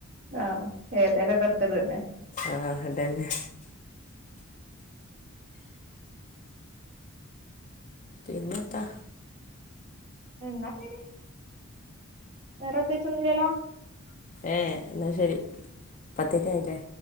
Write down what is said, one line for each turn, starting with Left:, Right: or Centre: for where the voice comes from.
Right: ആഹ് ഏതേലുക്ക അടുത്തതുതന്നേ
Left: ആഹ് അതന്നെ പിന്നെത്താ
Right: എന്നാ ശരി വേറെ പ്രെത്യേച്ച് ഒന്നും ഇല്ല്യല്ലോ
Left: ഏഹ് എന്നാ ശരി പത്തിറ്റായില്ലേ